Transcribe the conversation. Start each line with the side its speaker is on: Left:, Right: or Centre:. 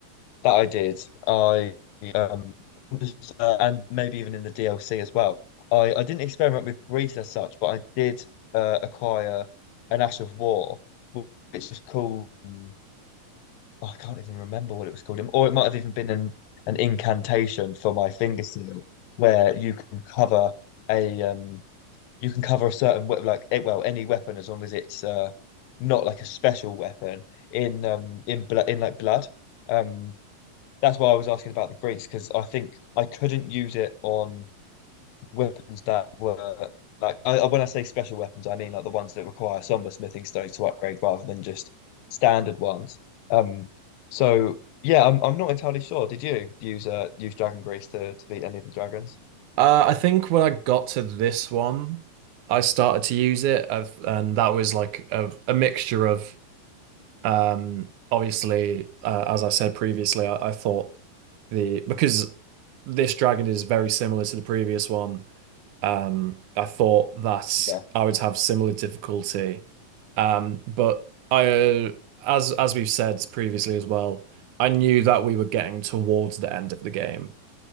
Left: That I did. I um just, uh, and maybe even in the DLC as well. I I didn't experiment with breeds as such, but I did uh, acquire an Ash of War, wh- which was called um, I can't even remember what it was called, or it might have even been an an incantation for my finger seal, where you can cover a um you can cover a certain we like eh, well any weapon as long as it's uh not like a special weapon in um in blood in like blood. Um, that's why I was asking about the grease because I think I couldn't use it on weapons that were like I, I- when I say special weapons, I mean like the ones that require somber smithing stones to upgrade rather than just standard ones. Um, so yeah, I'm I'm not entirely sure. Did you use uh use dragon grease to to beat any of the dragons?
Right: Uh, I think when I got to this one, I started to use it, I've, and that was like a, a mixture of Um, obviously, uh, as I said previously, I, I thought the because this dragon is very similar to the previous one. Um, I thought that
Left: Yeah.
Right: I would have similar difficulty. Um, but I, uh, as as we've said previously as well, I knew that we were getting towards the end of the game.